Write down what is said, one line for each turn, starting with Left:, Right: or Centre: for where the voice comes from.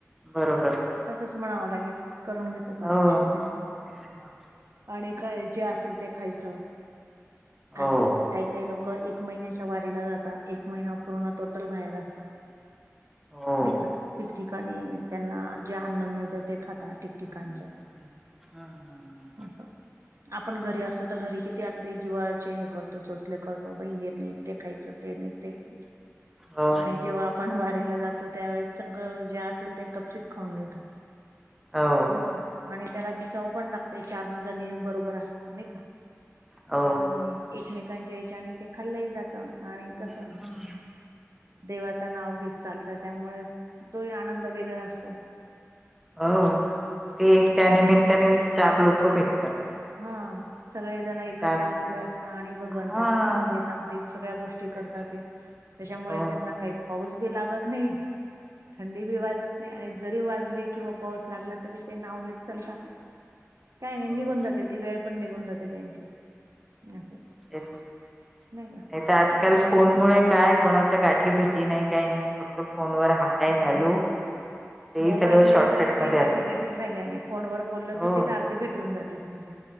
Centre: बरोबर.
Right: तसंच म्हणावं लागेल. करून घेतो परमेश्वर
Centre: हो
Right: त्यांचा
Centre: तेच ना.
Right: आणि काय जे असेल ते खायचं.
Centre: हो
Right: असं काही-काही लोकं, एक महिन्याच्या वारीला जातात. एक महीना, पूर्णपणे बाहेर असतात.
Centre: हो
Right: नाही का ठिक ठिकाणी त्यांना जे अन्न मिळत जातं, ते खातात ठिकठिकाणचं.
Centre: हम्. हा.. हा.. हा.
Right: असं. आपण घरी असतो, तर घरी किती ते अगदी जीवाचे हे करतो, चोचले करतो. बाई हे नाही ते खायचं, ते नाही ते खायचं.
Centre: हो
Right: आणि जेव्हा आपण वारीला जातो त्यावेळेस सगळं जे असेल ते, गपचित खाऊन घेतो.
Centre: हो
Right: म्हणे त्याला ती चव पण लागतेय. चार जणी, बरोबर असतात. नाही का?
Centre: हो
Right: आणि एकमेकांच्या हेच्याने, ते खाल्लंही जातं. त आणि कसं?
Centre: हम्म.
Right: देवाचं नाव घेत चालतात त्यामुळे, त-तोही आनंद वेगळा असतो.
Centre: हो.. ते एक त्या निमित्यानेच, चार लोक भेटतात.
Right: हा. सगळेजण एकत्र
Centre: नाही तर
Right: आलेले असतात आणि भगवनताचं
Centre: हा
Right: नाव घेत, अगदी सगळ्या गोष्टी
Centre: तेच
Right: करतात ते. त्याच्यामुळे
Centre: हो
Right: त्यांना काही पाऊस बी लागत नाही, थंडी बी वाजत नाही आणि जरी वाजली किंवा पाऊस लागला तरी ते नाव घेत चालता काय नाही
Centre: हो
Right: निघून जाते ती वेळ पण निघून जाते त्यांची असं
Centre: तेच ना नाहीतर
Right: नाही का
Centre: आजकाल फोनमुळे काय कोणाच्या गाठी भेटी नाहीत काही नाही फक्त फोन वर हाय
Right: हम्म.
Centre: हॅलो तेही
Right: मोबाईलमुळे
Centre: सगळं शॉर्टकट
Right: तर आता काही
Centre: मध्ये
Right: गाठी
Centre: असतं.
Right: भेटीच राहिल्या आणि फोनवर बोललं
Centre: हो
Right: तिथेच अर्धे भेट होऊन जाते तुमची